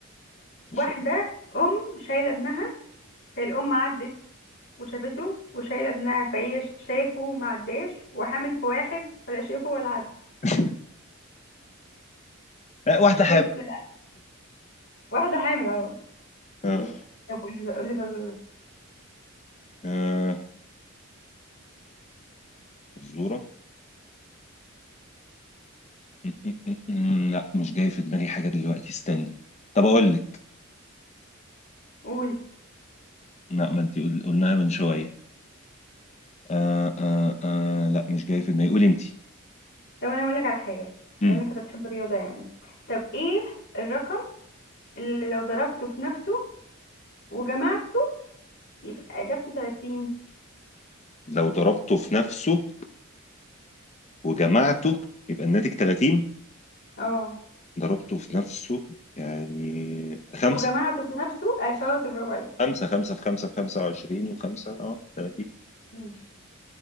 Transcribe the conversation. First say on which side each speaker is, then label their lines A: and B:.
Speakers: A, on the left (about 55°); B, on the left (about 35°).
A: واحدة
B: مش فاهم.
A: أم شايلة ابنها هي الأم عدت وشافته وشايلة ابنها فهي ش- شايفه ما عداش وحامل في واحد ولا شايفه ولا عدى
B: <laughs> آه، واحده حاب
A: بس لا واحدة حامل اهو
B: آه...
A: طب قولي قولي فزورة
B: آه... فزوره م- م- م- م- لا مش جاي في دماغي حاجه دلوقتي استني طب اقول لك
A: قول
B: لا ما انت قل- قلناها من شويه آه... آه... آه... لا مش جاي في دماغي قولي انت
A: طب أنا أقول لك على حاجة
B: مم.
A: بما إنك أنت بتحب الرياضة يعني طب إيه الرقم اللي لو ضربته في نفسه وجمعته يبقى إجابته 30
B: لو ضربته في نفسه وجمعته يبقى الناتج 30
A: اه
B: ضربته في نفسه يعني خمسة
A: وجمعته في نفسه آه، شاطر برافو عليك
B: خمسة خمسة في خمسة في خمسة وعشرين وخمسة اه 30
A: ماشي